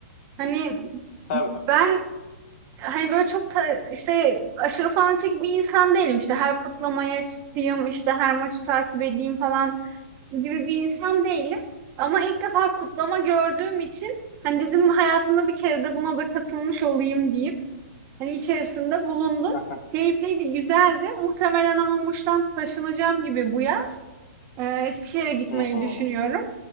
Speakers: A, on the right; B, on the left.
A: Hani
B: tabii.
A: ben Hani böyle çok ta- işte aşırı fanatik bir insan değilim. İşte her kutlamaya çıkayım, işte her maçı takip edeyim falan gibi bir insan değilim. Ama ilk defa kutlama gördüğüm için hani dedim hayatımda bir kere de buna da katılmış olayım diyeyim. Hani içerisinde bulundum.
B: <laughs>
A: Keyifliydi, güzeldi. Muhtemelen ama Muş'tan taşınacağım gibi bu yaz. Ee, Eskişehir'e gitmeyi
B: Hmm.
A: düşünüyorum.